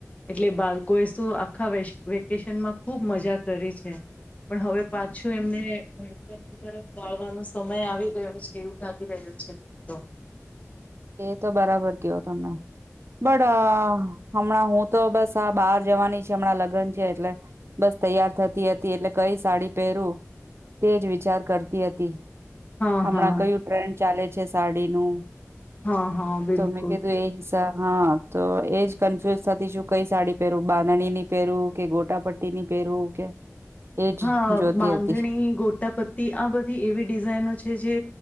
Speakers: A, on the left; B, on the right.
A: એટલે બાળકો એ શું આખા વેકેશનમાં ખુબ મજા કરી છે પણ હવે પાછું એમને ભણતર ની તરફ વાળવાનો સમય આવી ગરહ્યો છે એવું લાગી રહ્યું છે મને તો
B: એ તો બરાબર કેયો તમને બડા હમણાં હું તો બસ આ બાર જવાની છે હમણાં લગ્ન છે એટલે બસ તૈયાર થતી હતી એટલે કઈ સાડી પહેરું તેજ વિચાર કરતી હતી
A: હા
B: હમણાં
A: હા
B: કયું ટ્રેન્ડ ચાલે છે સાડીનું
A: હા, હા, બિલકુલ
B: તો મેં કીધું એ હિસાબ હા તો એજ કન્ફ્યુઝ થતી છું કઈ સાડી પહેરવું બાંધણી ની પેરવું કે ગોટા પટ્ટી ની પેરવું કે. એજ
A: હા
B: જોતી
A: બાંધણી
B: હતી
A: ગોટા પતી આ બધી એવી ડિઝાઇનો છે જે,